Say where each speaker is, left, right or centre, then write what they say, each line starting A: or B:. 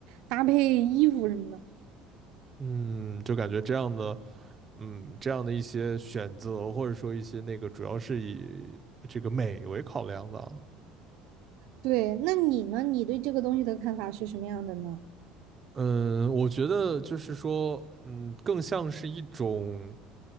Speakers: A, on the right; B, on the right.
A: 搭配衣服什么的。
B: 嗯，就感觉这样的，嗯，这样的一些选择或者说一些那个，主要是以这个美为考量的啊
A: 对，那你呢？你对这个东西的看法是什么样的呢？
B: 嗯，我觉得就是说，嗯，更像是一种。